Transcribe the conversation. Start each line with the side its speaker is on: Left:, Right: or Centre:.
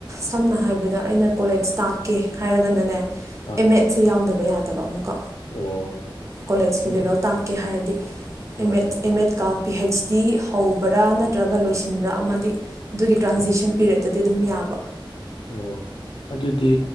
Right: ꯁꯝꯅ ꯍꯥꯏꯕꯗ ꯑꯩꯅ ꯀꯣꯂꯦꯖ ꯇꯥꯛꯀꯦ ꯍꯥꯏꯔꯒꯅꯅꯦ
Left: ꯑꯥ
Right: ꯑꯦꯝꯃꯦꯠꯁꯦ ꯌꯥꯎꯗꯕ ꯌꯥꯗꯕ ꯑꯃꯨꯛꯀ
Left: ꯑꯣ
Right: ꯀꯣꯂꯦꯖꯀꯤ
Left: ꯑꯗꯨ
Right: ꯂꯦꯚꯦꯜ ꯇꯥꯛꯀꯦ ꯍꯥꯏꯔꯗꯤ
Left: ꯍꯣꯏ
Right: ꯑꯦꯝ ꯑꯦꯠ ꯑꯦꯝ ꯑꯦꯠ ꯀꯥ ꯄꯤ ꯍꯩꯆ ꯗꯤ ꯍꯧꯕ꯭ꯔꯥ ꯅꯠꯇ꯭ꯔꯒ ꯂꯣꯏꯁꯤꯟꯕ꯭ꯔꯥ ꯑꯃꯗꯤ ꯑꯗꯨꯒꯤ ꯇ꯭ꯔꯥꯟꯖꯦꯛꯁꯟ
Left: ꯎꯝ
Right: ꯄꯤꯔꯠꯇꯗꯤ ꯇ ꯑꯗꯨꯝ ꯌꯥꯕ
Left: ꯑꯣ ꯑꯗꯨꯗꯤꯗꯤ